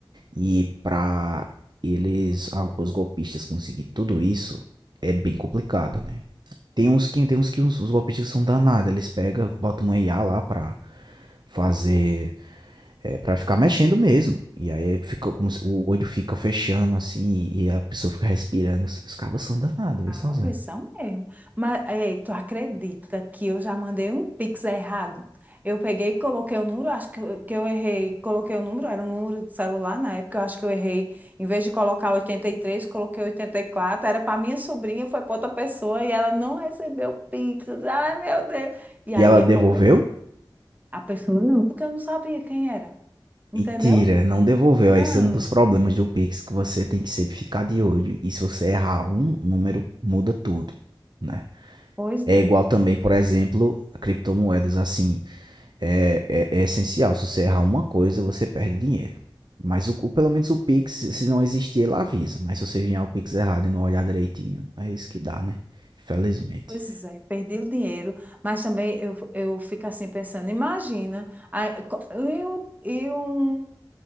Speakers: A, on the right; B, on the right.
A: E pra eles, alguns golpistas conseguir tudo isso, é bem complicado, né? Tem uns que tem uns que os, os golpistas são danados, eles pegam, botam um IA lá pra fazer é pra ficar mexendo mesmo. E aí fica como se- o olho fica fechando assim e a pessoa fica respirando. Os os cabos são danados, viu,
B: Sabe,
A: sozinho.
B: são mesmo. Mas, ei, tu acredita que eu já mandei um Pix errado? Eu peguei e coloquei o número, acho que eu, que eu errei, coloquei o número, era um número de celular na época, eu acho que eu errei. Em vez de colocar 83, coloquei 84. era para minha sobrinha, foi para outra pessoa e ela não recebeu o Pix. Ai, meu Deus. E
A: E
B: aí
A: ela
B: é
A: devolveu?
B: complicado. A pessoa não, porque eu não sabia quem era, entendeu?
A: Mentira, não devolveu.
B: Não,
A: Esse é um dos problemas do Pix, que você tem que sempre ficar de olho. E se você errar um número, muda tudo, né?
B: pois
A: É
B: é.
A: igual também, por exemplo, a criptomoedas assim. é, é, é essencial. Se você errar uma coisa, você perde dinheiro. Mas o, o- pelo menos o Pix, se não existir, ele avisa. Mas se você vier o Pix errado e não olhar direitinho, é isso que dá, né? Infelizmente.
B: Pois é, perdi o dinheiro, mas também eu, eu fico assim pensando, imagina, aí, co- e um e um